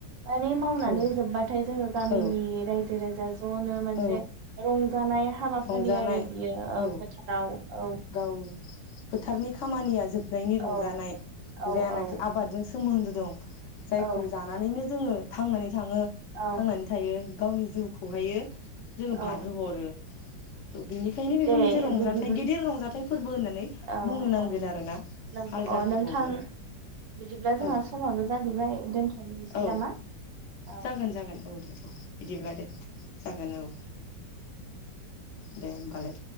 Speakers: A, on the right; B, on the left.
A: मानि मावनानै
B: औ
A: जोबबाथाय जोङो गामिनि
B: औ
A: रायजो राजा जनो मोनसे
B: औ
A: रंजानाय हाबाफारि
B: रंजानाय
A: आरो बियो
B: औ
A: फोथाराव औ
B: गाव फोथारनि खामानिया जोब नायनि रंजानाय
A: औ औ
B: जायानाखि
A: औ
B: आबादजों सो सोमोन्दो दं। जायखौ
A: औ
B: जानानैनो जोङो थांनानै थाङो
A: औ
B: थांनानै थायो गावनि जिउखौ हायो जोङो
A: औ
B: बारहो
A: औ
B: हरो। थ' बिनिखायनो बेबो
A: दे
B: मोनसे रंजाथाइ
A: बिदिबो
B: गेदिर र नि फोरबो होननानै
A: औ
B: बुंनो नांगोन
A: औ
B: आरोना
A: नंगौ
B: हाल जांख्राखौबो।
A: अ नोंथां बिदिब्ला जोंहा
B: औ
A: समाबो जाहैबाय दोनथ'नोसै
B: औ
A: नामा औ
B: जागोन जागोन औ दे औ बिदिब्ला दे जागोन औ। दे होमबालाय। <inaudible>